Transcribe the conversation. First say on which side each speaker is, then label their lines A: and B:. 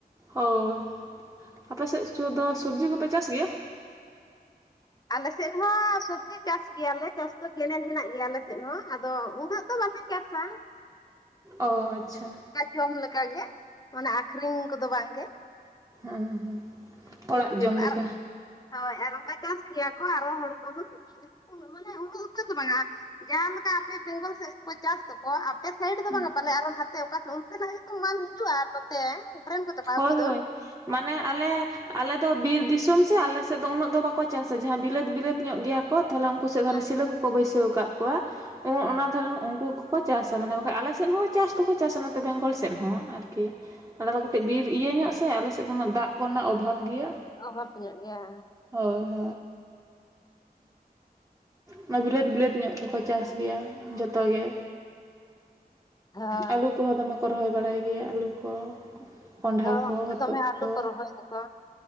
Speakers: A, on the right (about 20°); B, on the left (about 25°).
A: ᱦᱳᱭ ᱟᱯᱮ ᱥᱮᱫᱪᱚ ᱫᱚ ᱥᱚᱵᱡᱤ ᱠᱚᱯᱮ ᱪᱟᱥ ᱜᱮᱭᱟ
B: ᱟᱞᱮᱥᱮᱫ ᱦᱚᱸ ᱥᱚᱵᱽᱡᱤ ᱪᱟᱥ ᱜᱮᱭᱟᱞᱮ ᱪᱟᱥ ᱫᱚ ᱠᱮᱱᱮᱞ ᱦᱮᱱᱟᱜ ᱜᱮᱭᱟ ᱟᱞᱮᱥᱮᱫ ᱦᱚᱸ ᱟᱫᱚ ᱩᱱᱟᱹᱜ ᱫᱚ ᱵᱟᱞᱮ ᱪᱟᱥᱟ
A: ᱚ ᱟᱪᱪᱷᱟ
B: ᱮᱠᱟᱞ ᱡᱚᱢ ᱞᱮᱠᱟ ᱜᱮ ᱢᱟᱱᱮ ᱟᱠᱷᱨᱤᱧ ᱠᱚᱫᱚ ᱵᱟᱝᱜᱮ
A: ᱦᱮᱸ ᱦᱮᱸ ᱚᱲᱟᱜ
B: ᱡᱚᱢ
A: ᱞᱮᱠᱟ
B: ᱟᱨ ᱦᱳᱭ ᱟᱨ ᱚᱱᱠᱟ ᱪᱟᱥ ᱜᱮᱭᱟ ᱠᱚ ᱟᱨᱚ ᱦᱚᱲ ᱠᱚᱦᱚ ᱩᱱᱟᱹᱜ ᱢᱟᱱᱮ ᱩᱱᱱᱟᱹ ᱩᱛᱟᱹᱨ ᱫᱚ ᱵᱟᱝ ᱡᱟᱦᱟᱸ ᱞᱮᱠᱟ ᱟᱯᱮ ᱵᱮᱝᱜᱚᱞ ᱥᱮᱫ ᱠᱚ ᱪᱟᱥ ᱫᱚ ᱚ ᱟᱯᱮ ᱥᱟᱭᱤᱰ ᱫᱚ
A: ᱦᱮᱸ
B: ᱵᱟᱝᱟ ᱯᱟᱞᱮ ᱟᱨ ᱱᱟᱱᱛᱮ ᱚᱠᱟ ᱥᱮᱫ ᱚᱱᱛᱮ ᱱᱟᱜ ᱜᱮᱛᱚ ᱢᱟᱞ ᱦᱤᱡᱩᱜᱼᱟ ᱱᱚᱛᱮ ᱴᱨᱮᱱ ᱠᱚᱫᱚ
A: ᱦᱳᱭ
B: ᱟᱹᱜᱩᱭ
A: ᱦᱳᱭ
B: ᱫᱚ
A: ᱢᱟᱱᱮ ᱟᱞᱮ ᱟᱞᱮᱫᱚ ᱵᱤᱨ ᱫᱤᱥᱚᱢ ᱥᱮ ᱟᱞᱮᱥᱮᱫ ᱫᱚ ᱩᱱᱟᱹᱜ ᱫᱚ ᱵᱟᱠᱚ ᱪᱟᱥᱟ ᱡᱟᱦᱟᱸ ᱵᱤᱞᱟᱹᱛ ᱵᱤᱞᱟᱹᱛ ᱧᱚᱜ ᱜᱮᱭᱟ ᱛᱟᱦᱚᱞᱮ ᱩᱱᱠᱩ ᱥᱮᱫᱮ
B: ᱦᱳᱭ
A: ᱥᱤᱞᱟᱹ ᱠᱚᱠᱚ ᱵᱟᱹᱭᱥᱟᱹᱣ ᱟᱠᱟᱫ ᱠᱚᱣᱟ ᱚᱱᱟ ᱫᱷᱟᱨᱮ ᱩᱱᱠᱩ ᱠᱚᱠᱚ ᱪᱟᱥᱟ ᱢᱟᱱᱮ ᱵᱟᱠᱷᱟᱱ ᱟᱞᱮᱮᱥᱮᱫ ᱦᱚᱸ ᱪᱟᱥ ᱫᱚᱠᱚ ᱪᱟᱥᱟ ᱱᱚᱛᱮ ᱵᱮᱝᱜᱚᱞ ᱥ ᱟᱞ ᱥᱮᱫ ᱦᱚᱸ ᱟᱨᱠᱤ ᱟ ᱠᱟᱛᱮ ᱵᱤᱨ ᱤᱭᱟᱹ ᱧᱚᱜ ᱥᱮ ᱟᱞᱮ ᱥᱮᱫ ᱫᱚ ᱩᱱᱟᱹᱜ ᱫᱟᱜ ᱠᱚᱨᱮᱱᱟᱜ ᱚᱵᱷᱟᱵᱽ ᱜᱮᱭᱟ
B: ᱚ ᱵᱷᱟᱵᱽᱯ ᱧᱚᱜ ᱜᱮᱭᱟ
A: ᱦᱳᱭ ᱦᱳᱭ ᱦ ᱚᱱᱟ ᱵᱤᱞᱟᱹᱛ ᱵᱤᱞᱟᱹᱛ ᱧᱚᱜ ᱫᱚᱠᱚ ᱪᱟᱥ ᱜᱮᱭᱟ ᱡᱷᱚᱛᱚ ᱜᱮ
B: ᱦᱳᱭ
A: ᱟᱹᱞᱩ ᱠᱚᱦᱚᱸ ᱫᱚᱢᱮ ᱠᱚ ᱨᱚᱦᱚᱭ ᱵᱟᱲᱟᱭ ᱜᱮᱭᱟ ᱟᱹᱞᱩ ᱠᱚ ᱠᱚᱸᱰᱦᱟ
B: ᱦᱳᱭ
A: ᱠᱚ, ᱦᱚᱛᱚᱫ
B: ᱫᱚᱢᱮ ᱟᱞᱩ
A: ᱠᱚ
B: ᱨᱚᱦᱚᱭ ᱫᱟᱠᱚ